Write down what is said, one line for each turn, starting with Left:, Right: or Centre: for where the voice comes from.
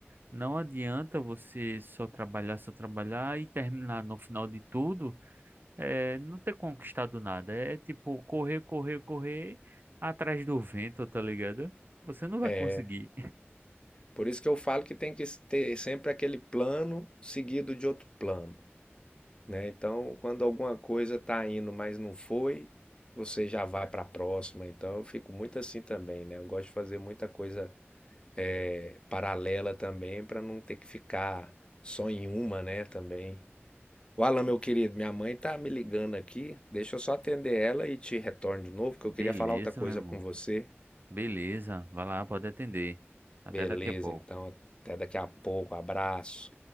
Right: não adianta você só trabalhar, só trabalhar e terminar no final de tudo É, não ter conquistado nada. É é tipo correr, correr, correr atrás do vento, tá ligado? Você não
Left: É,
Right: vai conseguir.
Left: por isso que eu falo que tem que ter sempre aquele plano seguido de outro plano, né? Então, quando alguma coisa tá indo, mas não foi, você já vai para a próxima. Então, eu fico muito assim também, né? Eu gosto de fazer muita coisa é, paralela também para não ter que ficar só em uma, né, também. O Alan, meu querido, minha mãe tá me ligando aqui. Deixa eu só atender ela e te retorno de novo, que eu
Right: Beleza,
Left: queria falar outra coisa
Right: meu irmão.
Left: com você.
Right: Beleza. Vai lá, pode atender. Até
Left: Beleza,
Right: daqui a pouco.
Left: então, até daqui a pouco. Abraço.